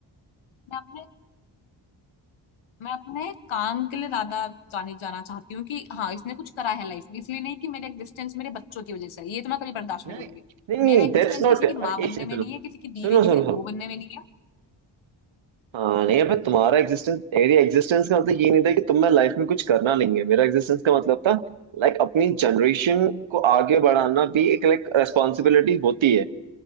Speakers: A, on the left; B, on the right.
A: मैं अपने मैं अपने काम के लिए ज्यादा जाने जाना चाहती हूँ कि हाँ इसने कुछ करा है लाइफ में इसलिए नहीं कि मेरा एग्जिस्टेंस मेरे बच्चों की वजह से है ये तो मैं कभी बर्दाश्त
B: नहीं
A: नहीं करूंगी
B: नहीं
A: मेरा एग्जिस्टेंस
B: दैट्स नॉट
A: किसी
B: अरे
A: की माँ बनने
B: एक सेकंड
A: में
B: सुनो
A: नहीं है किसी की बीवी किसी
B: सुनो सुनो
A: की बहू
B: सुनो
A: बनने में नहीं है
B: हाँ नहीं अबे तुम्हारा एग्जिस्टेंस एरिया एग्जिस्टेंस का मतलब ये नहीं था कि तुम्हें लाइफ में कुछ करना नहीं है मेरा एग्जिस्टेंस का मतलब था लाइक अपनी जनरेशन को आगे बढ़ाना भी एक लाइक रेस्पॉन्सिबिलिटी होती है